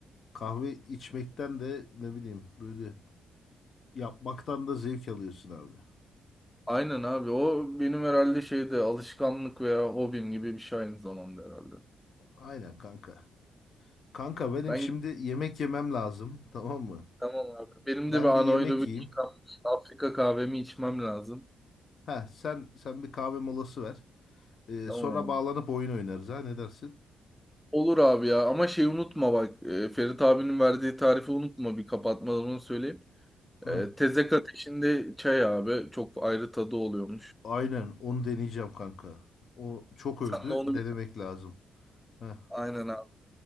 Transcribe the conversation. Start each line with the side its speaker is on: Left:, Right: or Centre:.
Left: kahve içmekten de ne bileyim böyle yapmaktan da zevk alıyorsun abi.
Centre: Aynen abi o benim herhalde şeyde alışkanlık veya hobim gibi bir şey aynı zamanda herhalde.
Left: Aynen kanka. Kanka benim
Centre: Ben
Left: şimdi yemek yemem lazım. Tamam mı?
Centre: tamam abi. Benim
Left: Ben
Centre: de bir anaerobik
Left: bir yemek yiyeyim.
Centre: yıkanmış Afrika kahvemi içmem lazım.
Left: Ha sen sen bir kahve molası ver. Ee,
Centre: Tamam
Left: sonra
Centre: abi.
Left: bağlanıp oyun oynarız ha ne dersin?
Centre: Olur abi ya ama şey unutma bak e, Ferit abinin verdiği tarifi unutma bir kapatmadan onu söyleyeyim.
Left: Heh,
Centre: E, tezek ateşinde çay abi. Çok ayrı tadı oluyormuş.
Left: aynen onu deneyeceğim kanka. O çok övdü.
Centre: Sen de onu
Left: Denemek
Centre: bir...
Left: lazım. Heh,
Centre: Aynen abi.